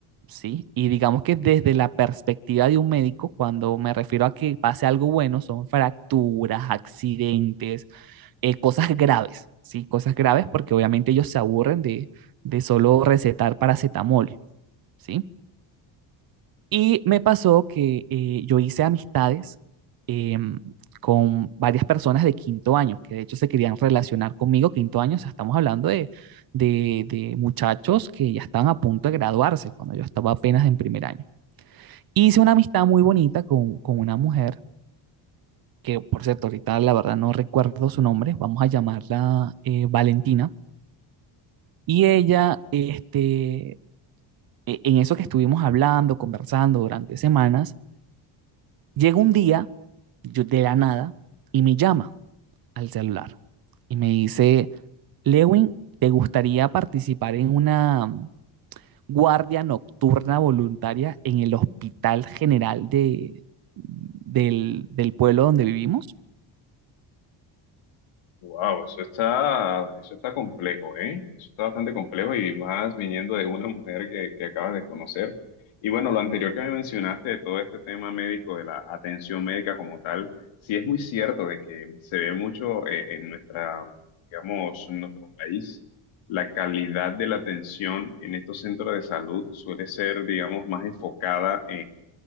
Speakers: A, on the right; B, on the left.
A: ¿sí? Y digamos que desde la perspectiva de un médico, cuando me refiero a que pase algo bueno, son fracturas, accidentes, eh, cosas graves, ¿sí? Cosas graves porque obviamente ellos se aburren de, de solo recetar paracetamol, ¿sí? Y me pasó que eh, yo hice amistades em, con varias personas de quinto año, que de hecho se querían relacionar conmigo, quinto año, o sea, estamos hablando de, de, de muchachos que ya estaban a punto de graduarse cuando yo estaba apenas en primer año. Hice una amistad muy bonita con, con una mujer, que por cierto, ahorita la verdad no recuerdo su nombre, vamos a llamarla eh, Valentina, y ella, este, e- en eso que estuvimos hablando, conversando durante semanas, Llega un día, yo de la nada, y me llama al celular y me dice, Lewin, ¿te gustaría participar en una guardia nocturna voluntaria en el Hospital General de, del, del pueblo donde vivimos?
B: Wow, eso está, eso está complejo, ¿eh? Eso está bastante complejo y más viniendo de una mujer que, que acabas de conocer. Y bueno, lo anterior que me mencionaste de todo este tema médico, de la atención médica como tal, sí es muy cierto de que se ve mucho eh, en nuestra, digamos, en nuestro país, la calidad de la atención en estos centros de salud suele ser, digamos, más enfocada